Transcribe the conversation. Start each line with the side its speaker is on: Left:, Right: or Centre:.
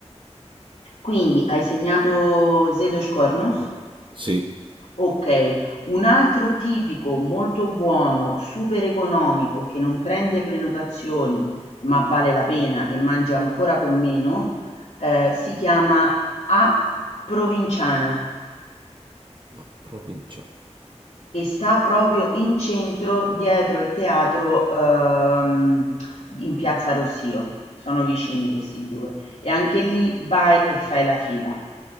Left: Quindi hai segnato Zedos Cornos?
Right: No. Sì,
Left: Ok, un altro tipico molto buono, super economico, che non prende prenotazioni, ma vale la pena e mangia ancora con meno, eh, si chiama A Provinciana.
Right: a provincia.
Left: e sta proprio in centro dietro il teatro ehm, in Piazza Rossio. Sono vicini questi due e anche lì vai e fai la fila.